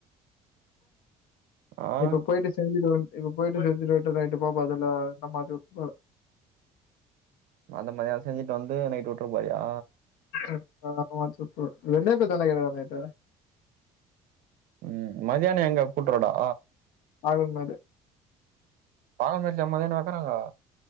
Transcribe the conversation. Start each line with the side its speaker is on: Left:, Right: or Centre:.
Right: ஆ
Left: இப்ப போயிட்டு செஞ்சிடுவே இப்ப போயிட்டு செஞ்சுட்வன்ட்டு நைட்டு பாப்பே இல்லனா மாத்தி உட்ருவே
Right: அந்த மதியான செஞ்சுட்டு வந்து நைட்டு உட்ரு போறியா
Left: <inaudible> வாட்சப்பு வெங்காயத்த <unintelligible> நைட்டு
Right: ம் மதியான எங்க கூட்ரோடா
Left: அகமது
Right: பாதாம் <unintelligible> மதியானோ வைக்கறாங்க